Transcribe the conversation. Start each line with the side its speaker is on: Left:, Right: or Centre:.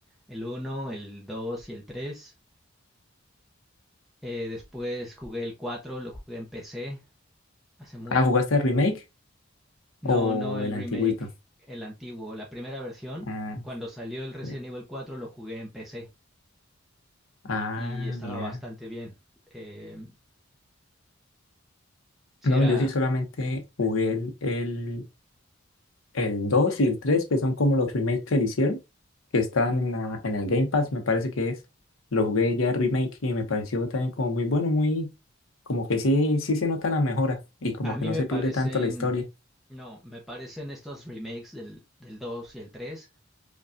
Centre: el uno el 2 y el tres Eh, después jugué el cuatro lo jugué en PC hace mucho.
Left: Ah, ¿jugaste el remake
Centre: No,
Left: o
Centre: no el
Left: el
Centre: remake,
Left: antiguito?
Centre: el antiguo, la primera versión.
Left: Ah,
Centre: Cuando salió el Resident
Left: sí.
Centre: Evil 4 lo jugué en PC
Left: ah,
Centre: y estaba
Left: mira.
Centre: bastante bien. Eh, sí
Left: No,
Centre: era,
Left: yo sí solamente jugué el, el, el 2 y el 3 que son como los remakes que le hicieron, que están en la, en el Game Pass, me parece que es. Lo jugué ya el remake y me pareció también como muy bueno, muy, como que sí, sí se nota la mejora y como
Centre: A mí
Left: que no
Centre: me
Left: se
Centre: parecen,
Left: pierde tanto la historia.
Centre: no, me parecen estos remakes del, del 2 y el 3,